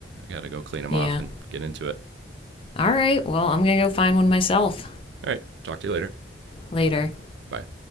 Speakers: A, on the right (about 75°); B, on the left (about 30°).
A: I got to go clean them
B: Yeah.
A: off and get into it.
B: All right. Well, I'm going to go find one myself
A: All right, talk to you later.
B: later.
A: Bye.